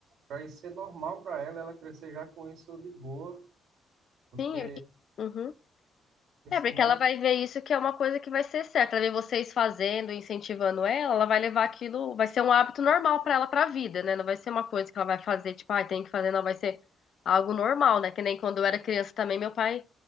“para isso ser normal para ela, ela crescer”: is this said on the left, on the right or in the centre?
Right